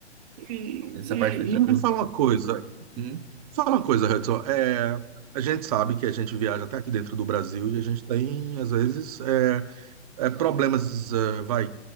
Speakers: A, on the right; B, on the right.
A: E,
B: essa
A: e-
B: parte foi tranquila.
A: e me fala uma coisa,
B: Uhum,
A: fala uma coisa, Hudson. É, a gente sabe que a gente viaja até aqui dentro do Brasil e a gente tem, às vezes, é, é, problemas, eh, vai,